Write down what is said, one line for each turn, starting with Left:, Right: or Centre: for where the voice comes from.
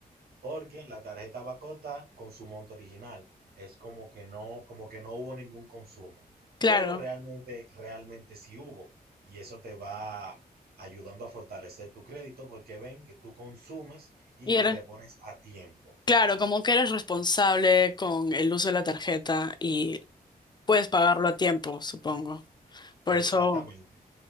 Right: porque la tarjeta va a cortar con su monto original. Es como que no, como que no hubo ningún consumo,
Left: Claro.
Right: pero realmente, realmente sí hubo. Y eso te va ayudando a fortalecer tu crédito porque ven que tú consumes y
Left: Y
Right: que
Left: eres,
Right: repones a tiempo.
Left: claro, como que eres responsable con el uso de la tarjeta y puedes pagarlo a tiempo, supongo. Por
Right: Exactamente.
Left: eso,